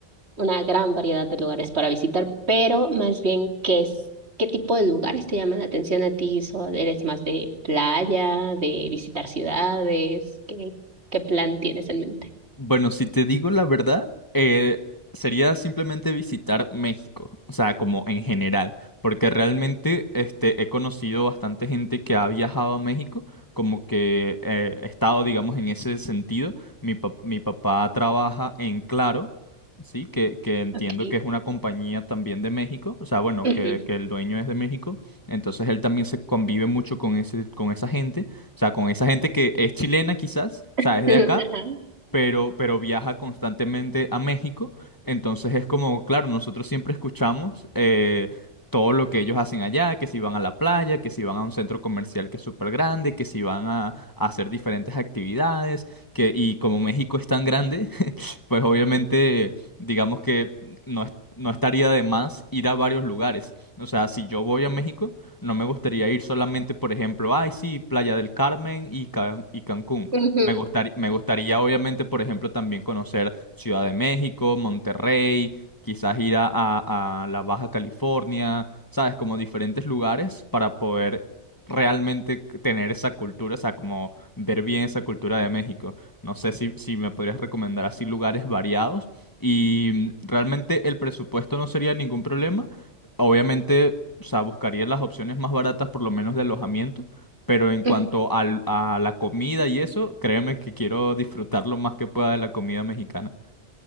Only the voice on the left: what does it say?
Bueno, si te digo la verdad, eh, sería simplemente visitar México, o sea, como en general, porque realmente este, he conocido bastante gente que ha viajado a México, como que eh, he estado, digamos, en ese sentido. Mi, pa- mi papá trabaja en Claro, ¿sí? Que, que entiendo
que es una compañía también de México, o sea, bueno,
que, que el dueño es de México, entonces él también se convive mucho con ese, con esa gente, o sea, con esa gente que es chilena quizás, o
sea, es de acá
pero, pero viaja constantemente a México. Entonces es como, claro, nosotros siempre escuchamos eh, todo lo que ellos hacen allá, que si van a la playa, que si van a un centro comercial que es súper grande, que si van a, a hacer diferentes actividades, que, y como México es tan grande, pues obviamente digamos que no, es- no estaría de más ir a varios lugares. O sea, si yo voy a México, no me gustaría ir solamente, por ejemplo, ay, sí, Playa del Carmen y, Can- y Cancún.
Me gustaría, me gustaría obviamente, por ejemplo, también conocer Ciudad de México, Monterrey, quizás ir a, a a la Baja California, ¿sabes? Como diferentes lugares para poder realmente tener esa cultura, o sea, como ver bien esa cultura de México. No sé si, si me podrías recomendar así lugares variados. Y mm, realmente el presupuesto no sería ningún problema. Obviamente, o sea, buscaría las opciones más baratas, por lo menos de alojamiento. Pero en cuanto
al- a la comida y eso, créeme que quiero disfrutar lo más que pueda de la comida mexicana.